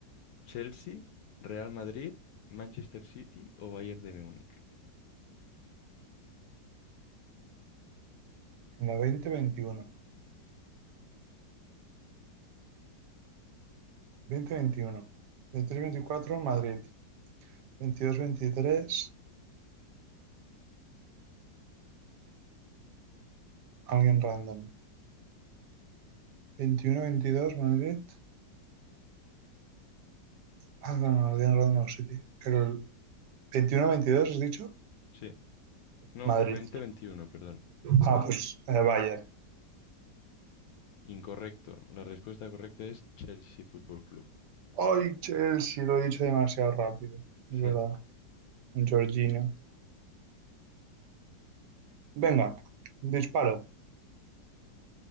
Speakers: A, on the left (about 70°); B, on the right (about 75°).
A: Chelsea, Real Madrid, Manchester City o Bayern de Múnich?
B: En la veinte veintiuno veinte veintiuno veintitrés veinticuatro Madrid, veintidós veintitrés alguien random, veintiuno veintidós Madrid, ah, no, no, alguien random no, City. El veintiuno veintidós has dicho
A: Sí, no,
B: Madrid.
A: 2021, perdón.
B: Ah, pues eh, vaya,
A: Incorrecto. La respuesta correcta es Chelsea Fútbol Club.
B: Ay, Chelsea, lo he dicho demasiado rápido. Es
A: Sí.
B: verdad, un Jorginho. Venga, disparo.